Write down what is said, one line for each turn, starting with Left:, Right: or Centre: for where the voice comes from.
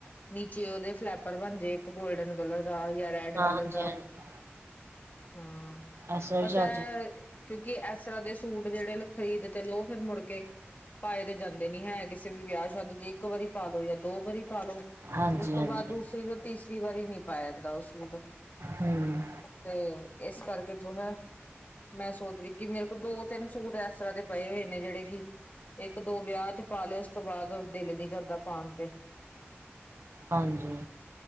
Left: ਨੀਚੇ ਉਹਦੇ ਫਲੈਪਰ ਪਰ ਬਣਜੇ ਇੱਕ ਗੋਲਡਨ ਕਲਰ ਦਾ ਜਾਂ ਰੈਡ
Right: ਹਾਂ
Left: ਕਲਰ
Right: ਹਾਂਜੀ
Left: ਦਾ
Right: ਹਾਂਜੀ
Left: ਹਾਂ,
Right: ਇਸ ਤਰ੍ਹਾਂ
Left: ਬਸ
Right: ਵੀ ਚੱਲ
Left: ਐ
Right: ਜੀ
Left: ਕਿਉਂਕਿ ਐਸ ਤਰ੍ਹਾਂ ਦੇ ਸੂਟ ਜੇੜੇ ਖ਼ਰੀਦ ਤੇ ਲੋ ਫੇਰ ਮੁੜ ਕੇ ਪਾਏ ਤਾਂ ਜਾਂਦੇ ਨੀ ਹੈ। ਕਿਸੇ ਵੀ ਵਿਆਹ ਸ਼ਾਦੀ ਚ ਇੱਕ ਵਾਰੀ ਪਾਲੋ ਯਾ ਦੋ ਵਾਰੀ ਪਾਲੋ,
Right: ਹਾਂਜੀ
Left: ਉਸ ਤੋਂ
Right: ਹਾਂਜੀ
Left: ਬਾਅਦ ਦੂਸਰੀ ਤੋਂ ਤੀਸਰੀ ਵਾਰੀ ਨੀ ਪਾਇਆ ਜਾਂਦਾ ਓਹ ਸੂਟ।
Right: ਹੂੰ
Left: ਤੇ ਏਸ ਕਰਕੇ ਜੋ ਹੈ ਮੈਂ ਸੋਚ ਰੀ ਕਿ ਮੇਰੇ ਕੋਲ ਦੋ ਤਿੰਨ ਸੂਟ ਐਸ ਤਰ੍ਹਾਂ ਦੇ ਪਏ ਹੋਏ ਨੇ ਜੇੜੇ ਵੀ ਇਕ ਦੋ ਵਿਆਹ ਚ ਪਾ ਲੋ ਉਸ ਤੋਂ ਬਾਦ ਦਿਲ ਨੀ ਕਰਦਾ ਪਾਣ ਤੇ।
Right: ਹਾਂਜੀ।